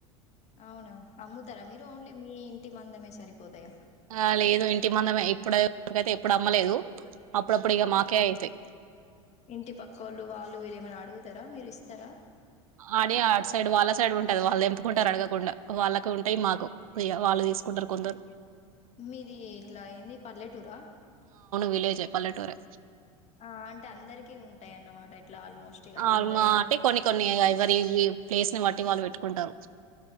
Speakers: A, on the left; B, on the right.
A: అవునా అమ్ముతరా మీరు ఓన్లీ మీ ఇంటి మందమే సరిపోతయా.
B: ఆ లేదు ఇంటి మందమే ఇప్పుడ వరకైతే ఎప్పుడు అమ్మలేదు. అప్పుడప్పుడు ఇక మాకే అయితాయి
A: ఇంటి పక్కొళ్ళు వాళ్ళు వీళ్ళ ఏమైనా అడుగుతరా మీరు ఇస్తరా
B: అడి ఆట్ సైడ్ వాళ్ళ సైడ్ ఉంటది వాళ్ళు తెంపుకుంటరు అడగకుండా వాళ్ళకు ఉంటాయి మాకు ఇగ వాళ్ళు తీసుకుంటరు కొందరు
A: మీది ఇట్లా ఏంది పల్లెటూరా
B: విలేజ్ పల్లెటూరె
A: ఆ అంటే అందరికి ఉంటాయి అన్నమాట ఇట్లా ఆల్మోస్ట్ ఇగ
B: ఆ
A: అందరి
B: మా
A: ఇండ్ల
B: అంటే కొన్ని కొన్ని ఇగ ఎవరి ప్లేస్ ని బట్టి వాళ్ళు పెట్టుకుంటారు